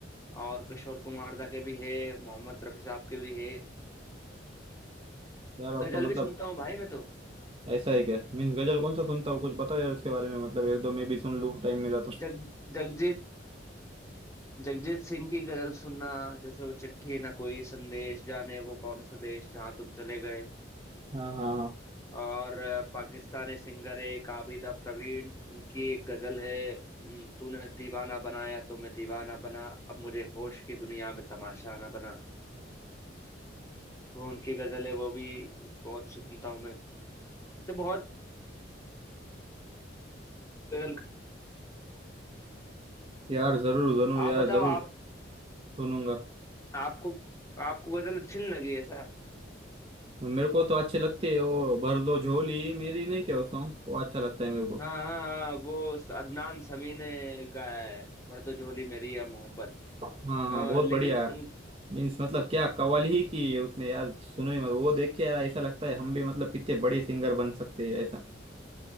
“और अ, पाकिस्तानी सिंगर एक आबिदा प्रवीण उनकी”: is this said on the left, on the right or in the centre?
Left